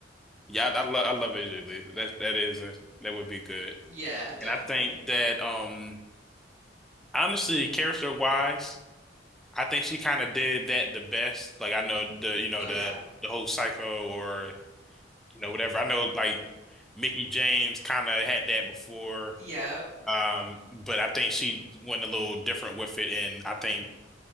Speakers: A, in the centre; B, on the right.
A: Yeah, I, I love I love AJ Lee. That that is a, that would be good.
B: Yeah, definitely.
A: And I think that um honestly, character wise. I think she kind of did that the best. Like I know the you know
B: Oh
A: the
B: yeah.
A: the whole Psycho or you know whatever. I know like Mickey James kind of had that before,
B: Yep.
A: um, but I think she went a little different with it, and I think